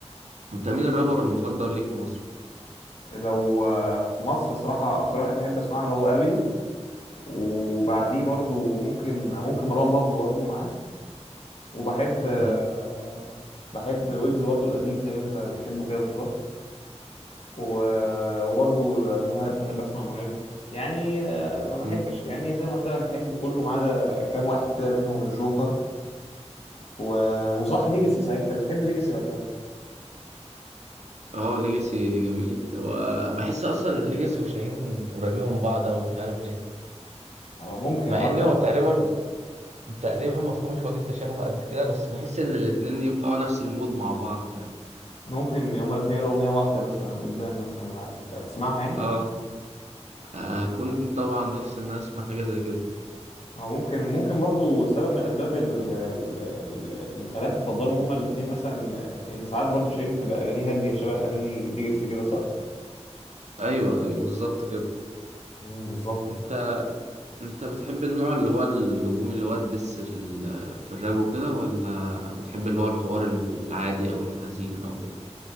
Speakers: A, on the right (about 75°); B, on the left (about 60°).
A: انت مين الرابر المفضل ليك في مصر؟
B: لو آه، في مصر الصراحة اكتر واحد بحب اسمع له هو ابيو وبعديه برضو ممكن ممكن مروان بابلو برضو معاه وبحب آه،
A: امم
B: بحب ويجز برضو القديم زي ما انت بتحبه كده بالظبط و- وبرضو مهاب بحب اسمع مهاب يعني آه، ما بحبش
A: امم
B: يعني زي ما قلت لك بحب كله ما عدا كام واحد كده منهم الجوكر و... وصح ليجاسي صحيح انت بتحب ليجاسي ولا لا
A: اه ليجاسي جميل هو بحس اصلا ان ليجاسي وشاهين قريبين من بعض او مش عارف ليه
B: آه، ممكن
A: مع
B: اه
A: ان هو
B: يعني
A: تقريبا تقريبا مفهومش وجه التشابه قد كده بس بحس ان الاتنين ينفعوا نفس المود مع بعض فاهم
B: ممكن هما الاثنين يقولوا اغنيه واحده مثلا قدام مثلا هت- هتسمعها يعني
A: اه هكون طبعا نفسي ان انا اسمع حاجه زي كده
B: هو ممكن ممكن برضو سبب من الاسباب ال- ال- ال- اللي مخليك مفضلهم هما الاثنين مثلا آه، ان ساعات برضو شيرين بتبقى اغانيه هاديه شبه اغاني ليجاسي كده صح
A: ايوه ايوه بالظبط كده
B: مم، بالظبط
A: انت انت بتحب النوع اللي هو الهجومي اللي هو الدس في ال... في الراب وكده ولا بتحب اللي هو الحوار العادي او الحزين او كده